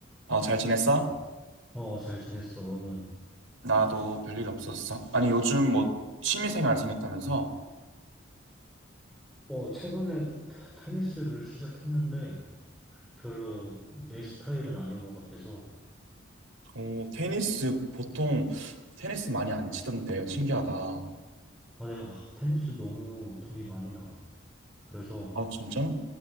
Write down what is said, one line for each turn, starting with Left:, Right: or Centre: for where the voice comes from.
Right: 어, 잘 지냈어?
Centre: 어, 잘 지냈어, 너는?
Right: 나도 별일 없었어. 아니, 요즘 뭐 취미생활 생겼다면서?
Centre: 어, 최근에 테니스를 시작했는데 별로 내 스타일은 아닌 것 같아서
Right: 어, 테니스 보통 테니스 많이 안 치던데 신기하다.
Centre: 아, 내가 아, 테니스 너무 돈이 많이 나가. 그래서
Right: 아, 진짜?